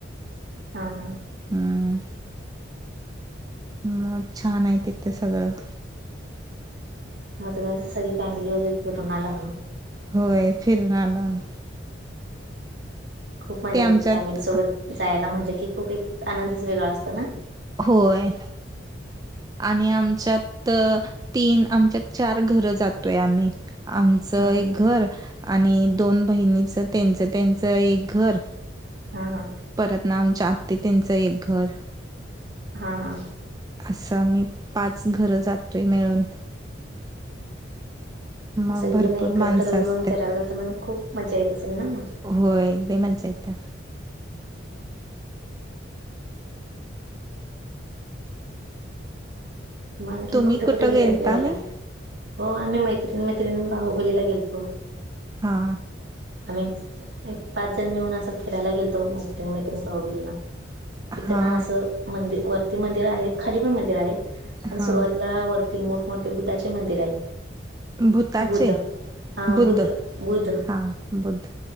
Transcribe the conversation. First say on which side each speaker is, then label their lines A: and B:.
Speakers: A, on the right (about 65°); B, on the right (about 20°).
A: हा- हा.
B: हम्म. म छान आहे तिथं सगळं.
A: मग तुम सगळी फॅमिली वगैरे फिरून आला म्हणा.
B: होय फिरुन आलो आम्ही.
A: खूप मजा
B: ते आमच्यात
A: येते फॅमिलीसोबत जायला म्हटलं की खूप एक आनंदच वेगळा असतो ना?
B: होय. आणि आमच्यात तीन आमच्यात चार घरं जातोय आम्ही. आमचं
A: हां हां
B: एक घर आणि दोन बहिणीच तेंच- तेंच एक घर.
A: हा- हा.
B: परत ना आमच्या आत्ती तेंच एक घर.
A: हा -हा
B: असं आम्ही पाच घरं जातोय मिळून. मग
A: म सगळीजण
B: भरपूर
A: एकत्र
B: माणसं
A: येऊन
B: असतात
A: फिरायला तर मग खूप मज्जा येत असेल ना मग?
B: होय लय मज्जा येत्या.
A: म आणखीन
B: तुम्ही
A: कुठं- कुठं गेलाय
B: गेलता
A: फिरायला?
B: नाही
A: हो, आम्ही मैत्रीण- मैत्रिण बाहुबलीला गेलतो.
B: हा.
A: आम्हीज् एक पाच जण मिळून असं फिरायला गेलतो मैत्रिण- मैत्रिण बाहुबलीला. तिथ
B: हा
A: ना असं मंदि- वरती मंदिर आहेत, खाली पण मंदिर आहेत. पण
B: हा
A: सुरुवातीला वरती मोठमोठे बुद्धाचे मंदिर आहेत.
B: भूताचे
A: बुध्द हा
B: बुद्ध
A: बुध्द- बुध्द.
B: हा बुद्ध.